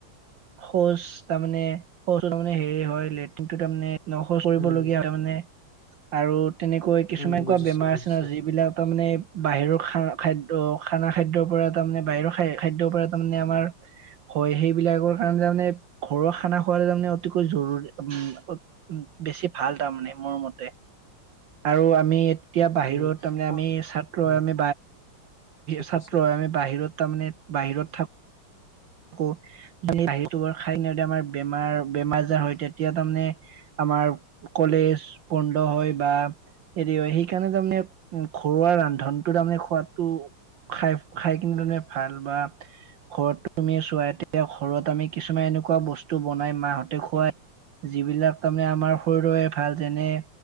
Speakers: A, on the right; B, on the left.
A: শৌচ তাৰমানে শৌচৰ মানে হেৰি হয় লেট্ৰিন টো তাৰমানে শৌচ কৰিবলগীয়া
B: উম
A: মানে আৰু তেনেকৈ কিছুমান
B: উম
A: এনেকুৱা
B: বুজিছো
A: বেমাৰ
B: বুজিছো
A: আছে ন যিবিলাক তাৰ মানে বাহিৰৰ খানা খাদ্য, খানা খাদ্যৰ পৰা তাৰমানে বাহিৰৰ খাদ্যৰ পৰা তাৰমানে আমাৰ হয় সেইবিলাকৰ কাৰণ তাৰ মানে ঘৰুৱা খানা খোৱা তাৰমানে অতিকৈ জৰুৰী উ বেছি ভাল তাৰমানে মোৰ মতে আৰু আমি এতিয়া বাহিৰত
B: উম
A: তাৰমানে
B: মই
A: আমি ছাত্ৰ
B: উম
A: আমি
B: ঠিক
A: ছাত্ৰ
B: আছে
A: হয় আমি বাহিৰত তাৰমানে বাহিৰত থাক ও <unintelligible> আমাৰ বেমাৰ বেমাৰ আজাৰ হয় তে এতিয়া তাৰমানে আমাৰ কলেজ বন্ধ হয় বা হেৰি হয় সেইকাৰণে তাৰমানে ঘৰুৱা ৰান্ধনটো তাৰমানে খোৱাদটো খাই খাই কিনে তাৰমানে ভাল বা ঘৰত তুমি চোৱা এতিয়া ঘৰত আমি কিছুমান এনেকুৱা বস্তু বনাই মাহ'তে খুৱাই যিবিলাক তাৰমানে আমাৰ শৰীৰৰে ভাল যেনে